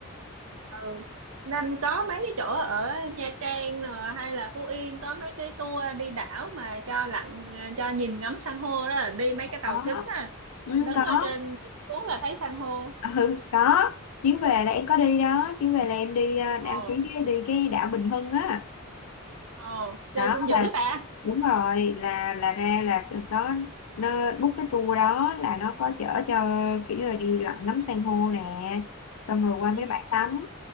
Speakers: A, on the right (about 75°); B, on the left (about 85°).
A: ừ. nên có mấy cái chỗ ở Nha Trang nè, hay là Phú Yên có mấy cái tour đi đảo mà cho lặn ờ, cho nhìn ngắm san hô đó là đi mấy cái tàu
B: có
A: kính á
B: ừ,
A: đứng
B: có
A: ở trên nhìn xuống là thấy san hô
B: ừ có chuyến về là em có đi đó chuyến về là em đi ờ,
A: ồ
B: em chuyến đi, đi cái đảo Bình Hưng á
A: ồ chơi
B: đó
A: cũng dữ
B: mà
A: ta
B: đúng rồi là là ra là có nó book cái tour đó là nó có chở cho kiểu như là đi lặn ngắm san hô nè xong rồi qua mấy
A: ừ
B: bãi tắm